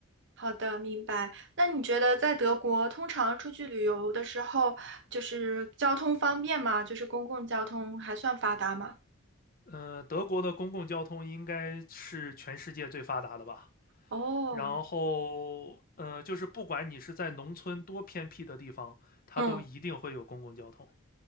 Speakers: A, on the right; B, on the left.
A: 好的，明白。那你觉得在德国通常出去旅游的时候，就是交通方便吗？就是公共交通还算发达吗？
B: 呃，德国的公共交通应该是全世界最发达的吧？
A: 哦，
B: 然后，呃，就是不管你是在农村多偏僻的地方，它都一定会有公共交通。
A: 嗯，